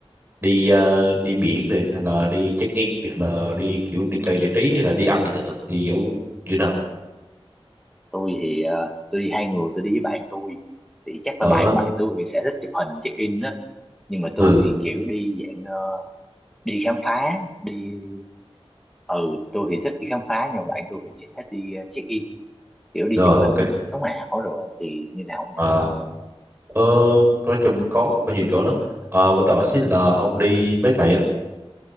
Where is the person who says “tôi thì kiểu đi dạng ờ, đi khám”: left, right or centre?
Centre